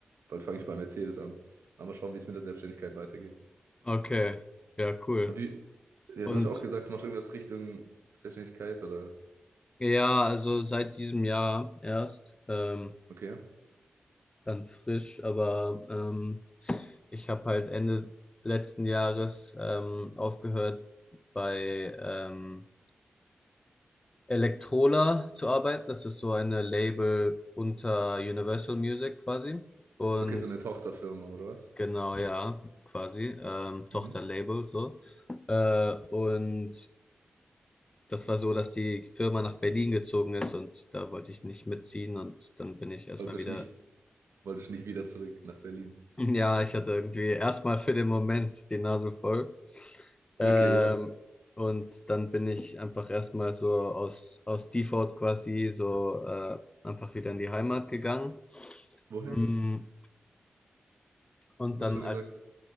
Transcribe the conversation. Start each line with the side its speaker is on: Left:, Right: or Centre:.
Right: bald fange ich bei Mercedes an. Dann mal schauen, wie es mit der Selbstständigkeit weitergeht.
Left: Okay. Ja, cool.
Right: Aber wie, ja,
Left: Und
Right: du hast auch gesagt, du machst irgendwas Richtung Selbstständigkeit oder,
Left: ja, also seit diesem Jahr erst, ähm,
Right: okay.
Left: ganz frisch, aber ähm, ich habe halt Ende letzten Jahres ähm, aufgehört bei ähm, Electrola zu arbeiten. Das ist so eine Label unter Universal Music quasi. Und
Right: Okay, so eine Tochterfirma oder was?
Left: genau, ja, quasi, ähm, Tochterlabel
Right: Mhm.
Left: so. Äh, und das war so, dass die Firma nach Berlin gezogen ist und da wollte ich nicht mitziehen und dann bin ich erstmal
Right: Wolltest
Left: wieder
Right: nicht, wolltest nicht wieder zurück nach Berlin.
Left: Ja, ich hatte irgendwie erstmal für den Moment die Nase voll. Ähm,
Right: Okay, ja.
Left: und dann bin ich einfach erstmal so aus, aus Default quasi so äh, einfach wieder in die Heimat gegangen.
Right: Woher?
Left: Mm, Und
Right: Du
Left: dann
Right: hast schon
Left: als,
Right: gesagt,